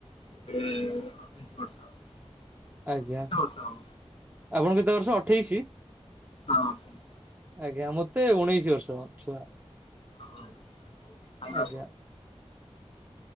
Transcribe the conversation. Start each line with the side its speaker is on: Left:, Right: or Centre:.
Left: ଏବେ ଅଠେଇଶ ବର୍ଷ। ତମକୁ
Right: ଆଜ୍ଞା!
Left: କେତେ ବର୍ଷ ହବ?
Right: ଆପଣଙ୍କୁ କେତେ ବର୍ଷ ଅଠେଇଶି?
Left: ହଁ ଅଠେଇଶ।
Right: ଆଜ୍ଞା! ମତେ ଉଣେଇଶି ବର୍ଷ ଛୁଆ।
Left: <inaudible> ଆଚ୍ଛା
Right: ଆଜ୍ଞା